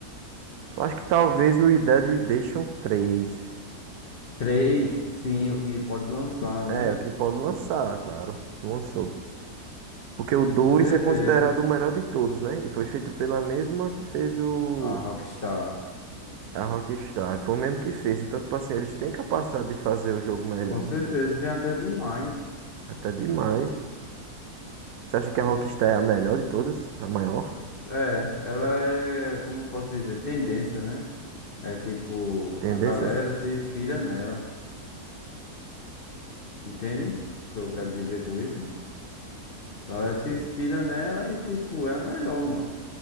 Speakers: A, on the right; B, on the left.
A: acho que talvez o Red Dead Redemption três
B: Três, sim, o que pode lançar, né?
A: É, o que pode lançar, claro. Não Lançou. Porque o dois
B: Com certeza,
A: é considerado o melhor de todos, né? E foi feito pela mesma que fez o.
B: a Rockstar.
A: A Rockstar. Foi o mesmo que fez. Então, tipo assim, eles têm capacidade de fazer o jogo melhor,
B: Com certeza,
A: entendeu?
B: tem até demais.
A: Até demais. Você acha que a Rockstar é a melhor de todas? A maior?
B: É, ela é, como eu posso dizer, tendência, né? É tipo,
A: Tendências?
B: a galera se inspira nela, entende? O que eu quero dizer com isso? A galera se
A: Tem.
B: inspira nela e, tipo, é a melhor, mano.